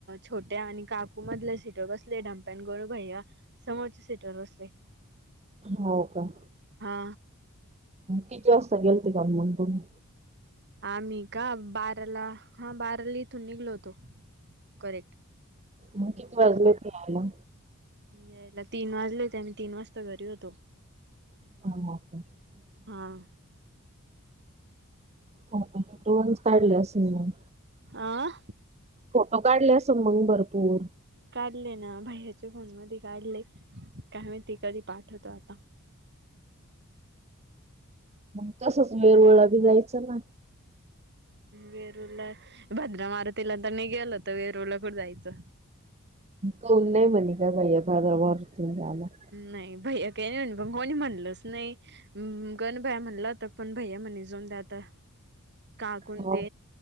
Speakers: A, on the right (about 50°); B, on the right (about 30°).
A: छोट्या आणि काकूमधल्या सीटवर बसले डमप्या आणि गरु भैय्या समोरच्या सीटवर बसले.
B: हो का.
A: हा
B: किती वाजता गेल ते काल म्हणून तुम्ही
A: आम्ही का बाराला हा बाराला इथून निघलो होतो. करेक्ट हम्म
B: मग किती वाजले ते यायला?
A: यायला तीन वाजले होते आम्ही तीन वाजता घरी होतो.
B: <inaudible>
A: हा
B: फट फोटो दोनच काढले असेल मग,
A: आह
B: फोटो काढले अस मग भरपूर.
A: काढले ना भाई ह्याच्या फोन मध्ये काढले काय माहिती कधी पाठवतो आता.
B: मग तसच वेरूळला बी जायचं ना,
A: वेरूरला भद्रा मारुतीलां तर नाही गेलो तर वेरूळला कुठं जायचं?
B: मून नाही म्हणे <unintelligible> भाईया <unintelligible>
A: नाही, भैया काही नाही पण कोणी म्हणलच नाही. गण भैया म्हणलं होता, पण भैया म्हणे जाऊन द्या आता. काकूणते
B: हो.